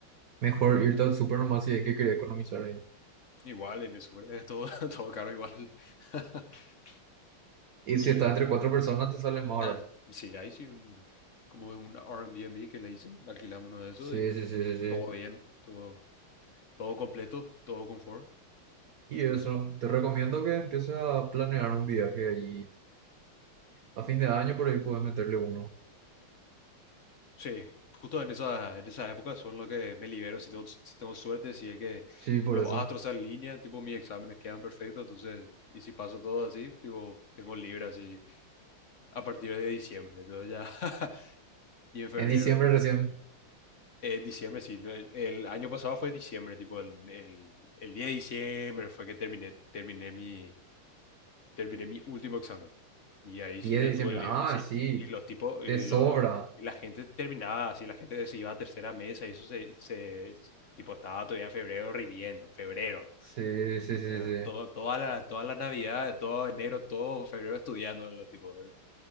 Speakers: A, on the right; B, on the left.
A: Mejor irte al súper nomás si es que quería economizar ahí.
B: Igual en el sur, es todo, <laughs> todo caro igual. <laughs>
A: Y
B: Y
A: si estás entre cuatro personas, te sale más
B: nada,
A: barato.
B: sí, ahí sí un... Como un Airbnb que le dicen, alquilar uno de esos
A: Sí,
B: y
A: sí, sí, sí, sí.
B: todo bien, todo... Todo completo, todo confort.
A: Y eso,
B: Ah.
A: te recomiendo que empieces a planear un viaje ahí. A fin de año por ahí puedes meterle uno.
B: Sí, justo en esa, en esa época son los que me libero si tengo, si tengo suerte, si es que
A: Sí, por
B: los
A: eso.
B: astros se alinean, tipo mis exámenes quedan perfectos, entonces, y si paso todo así, tipo, tengo libre así a partir de diciembre, entonces ya, <laughs> y en febrero
A: En diciembre
B: ya.
A: recién.
B: Eh, diciembre, sí, no, el, el año pasado fue diciembre, tipo, el, el, el 10 de diciembre fue que terminé, terminé mi, terminé mi último examen. Y ahí
A: diez
B: sí ya
A: de diciembre.
B: tuve... libre.
A: Ah,
B: Y sí,
A: sí,
B: y los tipos...
A: te
B: Y,
A: sobra.
B: los- y la gente terminaba así, la gente se iba a tercera mesa y eso se... se tipo, estaba todavía en febrero rindiendo, febrero.
A: Sí, sí, sí,
B: Ya,
A: sí.
B: Todo, toda la, toda la Navidad, todo enero, todo febrero estudiando los tipos. eh.